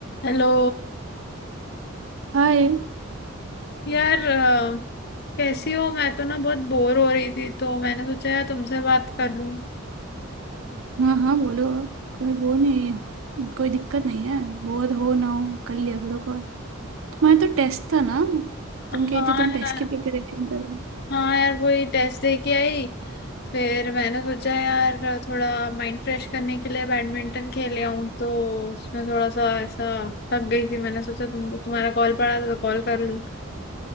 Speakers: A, on the left (about 50°); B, on the right (about 70°).
A: Hello
B: हाय
A: यार अ, कैसी हो मैं तो ना बहुत बोर हो रही थी तो मैंने सोचा यार तुमसे बात कर लूं
B: हाँ हाँ बोलो आप। कोई वो नहीं कोई दिक्कत नहीं है बोर हो ना हो कर लिया करो कॉल तुम्हारा तो टेस्ट था ना तुम
A: हाँ
B: कहती तुम टेस्ट
A: यार
B: की प्रिपरेशन करो
A: हाँ यार वही टेस्ट दे के आई फिर मैंने सोचा यार थोड़ा माइंड फ्रेश करने के लिए बैडमिंटन खेले आऊं तो उसमें थोड़ा सा ऐसा थक गई थी मैंने सोचा तुम तुम्हारा कॉल पड़ा था तो कॉल कर लूं